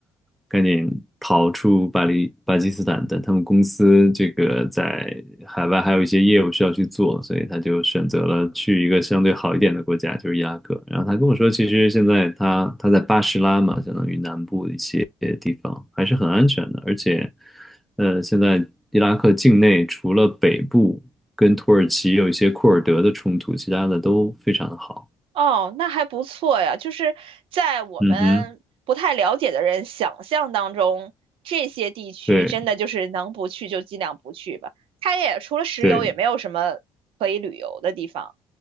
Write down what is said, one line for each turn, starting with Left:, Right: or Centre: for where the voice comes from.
Centre: 赶紧逃出巴黎巴基斯坦，但他们公司这个在海外还有一些业务需要去做，所以他就选择了去一个相对好一点的国家，就是伊拉克。然后他跟我说，其实现在他他在巴士拉嘛，相当于南部的一些地方还是很安全的，而且。呃，现在伊拉克境内除了北部跟土耳其有一些库尔德的冲突，其他的都非常的好。
Right: 哦，那还不错呀。就是在我们不太了解的人想象当中，
Centre: 嗯哼，
Right: 这些地区真的就是能不去就尽量不去吧。
Centre: 对
Right: 它也除了石油，
Centre: 对，
Right: 也没有什么可以旅游的地方，